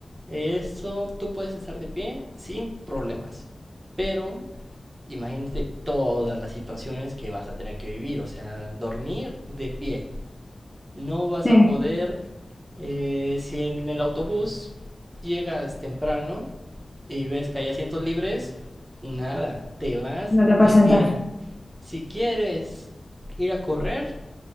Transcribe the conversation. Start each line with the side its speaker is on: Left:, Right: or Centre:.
Right: Eso tú puedes estar de pie sin problemas. Pero imagínate todas las situaciones que vas a tener que vivir. O sea, dormir de pie, no vas
Centre: Sí.
Right: a poder, eh, si en el autobús llegas temprano y ves que hay asientos libres, nada, te vas
Centre: no te
Right: de
Centre: puedes sentar.
Right: pie. Si quieres ir a correr,